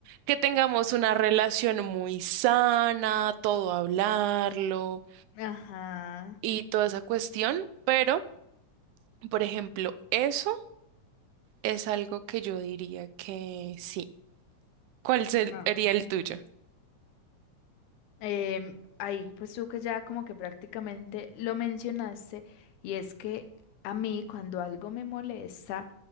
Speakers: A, on the right (about 80°); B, on the left (about 75°).
A: que tengamos una relación muy sana, todo hablarlo
B: Ajá.
A: y toda esa cuestión, pero, por ejemplo, eso es algo que yo diría que sí. ¿Cuál se-
B: Ah.
A: sería el tuyo?
B: Em, ahí, pues tú que ya como que prácticamente lo mencionaste, y es que a mí cuando algo me molesta,